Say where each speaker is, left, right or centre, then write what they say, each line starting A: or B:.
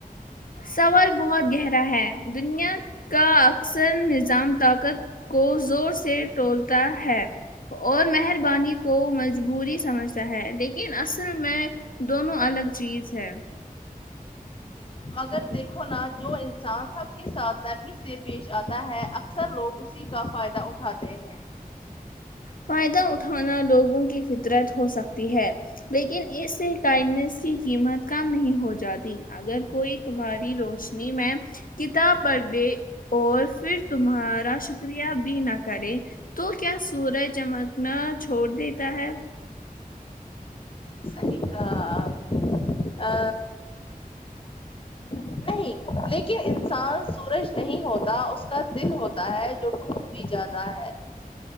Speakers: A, on the left (about 65°); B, on the left (about 35°).
A: سوال بہت گہرا ہے دنیا کا اکثر نظام طاقت کو زور سے ٹولتا ہے اور مہربانی کو مجبوری سمجھتا ہے لیکن اصل میں دونوں الگ چیز ہے
B: مگر دیکھو نا جو انسان سب کے ساتھ نرمی سے پیش آتا ہے اکثر لوگ اسی سی کا فائدہ اٹھاتے ہیں
A: فائدہ اٹھانا لوگوں کی فطرت ہو سکتی ہے لیکن اس سے کائنڈنیس کی قیمت کم نہیں ہو جاتی اگر کوئی تمہاری روشنی میں کتاب پڑھ دے اور پھر تمہارا شکریہ بھی نہ کرے تو کیا سورج چمکنا چھوڑ دیتا ہے
B: ٹھیک آپ آ نہیں لیکن انسان سورج نہیں ہوتا اس کا دل ہوتا ہے جو ٹوٹ بھی جیادا ہے